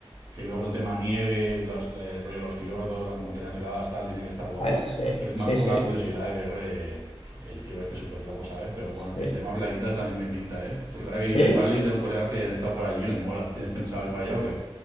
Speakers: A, on the right; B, on the left.
A: que luego el tema nieve, los, eh, rollo los fiordos, las montañas heladas, tal, tiene que estar guapo,
B: a ver, sí,
A: pero es
B: sí,
A: más por
B: sí,
A: la curiosidad de ver eh, el cielo este súper loco, ¿sabes? Pero
B: sí,
A: bueno, que el tema plaguitas también me pinta, ¿eh? Porque ahora que dices
B: sí.
A: Bali, tengo colegas que han estado por allí y les mola. ¿Tienes pensado ir para allá o qué?